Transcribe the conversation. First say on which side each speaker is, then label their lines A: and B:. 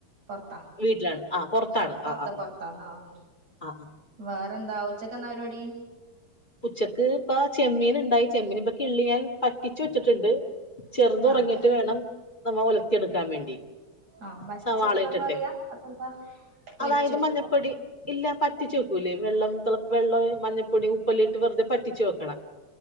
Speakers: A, on the right; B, on the left.
A: പൊറത്താ
B: വീട്ടിലാണ് ആ പുറത്താണ്
A: ആഹ് പൊറത്താ
B: ആ ആ ആ
A: പൊറത്താ ആഹ്
B: ആ ആ.
A: വേറെന്താ ഉച്ചക്കെന്നാ പരിപാടി
B: ഉച്ചക്ക് ഇപ്പ ചെമ്മീന്ണ്ടായി ചെമ്മീൻ ഇപ്പം കിള്ളി ഞാൻ പറ്റിച്ചു വെച്ചിട്ടുണ്ട് ചെറുതൊറങ്ങിട്ട്
A: ആഹ്
B: വേണം നമ്മ ഒലത്തിയെടുക്കാൻ വേണ്ടി
A: ആഹ് വറ്റിച്ച്
B: സവാള
A: വെക്കാന്ന്
B: ഇട്ടിട്ടെ
A: പറയാ അതെന്താ പൊരിച്ച്
B: അതായത്
A: വെക്കുന്നോ
B: മഞ്ഞപ്പൊടി ഇല്ല പറ്റിച്ച് വെക്കൂലേ വെള്ളം തെള വെള്ളവേ മഞ്ഞപ്പൊടി ഉ പ്പില്ലിട്ട് വെറുതെ പറ്റിച്ചു വെക്കണ